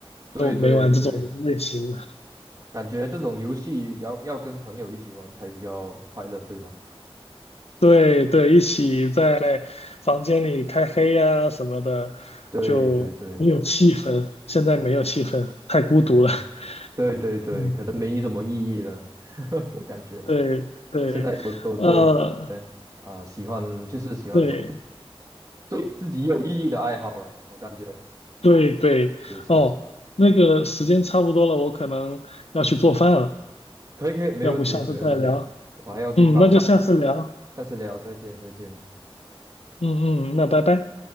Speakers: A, on the right; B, on the left.
A: 对对对，
B: 都没玩这种类型的。
A: 感觉这种游戏要要跟朋友一起玩才比较快乐，对吧？
B: 对对，一起在房间里开黑呀、什么的，
A: 对对对。
B: 就没有气氛，现在没有气氛，太孤独了。
A: 对
B: <laughs>
A: 对对对，
B: 嗯，
A: 可能没什么意义了，<laughs> 我感觉
B: 对对，
A: 我现在都都做一些啊、
B: 呃。
A: 喜欢就是喜欢做
B: 对，
A: 对自己有意义的爱好了，我感觉
B: 对对，
A: 是是是，
B: 哦，那个时间差不多了，我可能要去做饭了，
A: 可以可以，没问题没问题，
B: 要不下次再聊。
A: 我还要去放上，
B: 嗯，那就下次聊。
A: 下次聊，再见再见。
B: 嗯嗯，那拜拜。